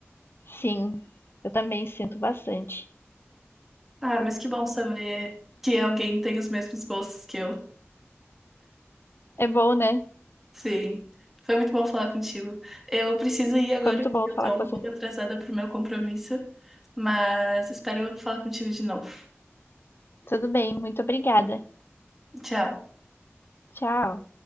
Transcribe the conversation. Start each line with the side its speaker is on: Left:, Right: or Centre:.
Left: Sim, eu também sinto bastante.
Centre: Ah, mas que bom saber que alguém tem os mesmos gostos que eu.
Left: É bom, né?
Centre: Sim, foi muito bom falar contigo. Eu preciso ir agora,
Left: Foi muito
Centre: porque
Left: bom falar
Centre: eu tô
Left: com
Centre: um
Left: você.
Centre: pouco atrasada pro meu compromisso, mas espero falar contigo de novo.
Left: Tudo bem, muito obrigada.
Centre: Tchau.
Left: Tchau.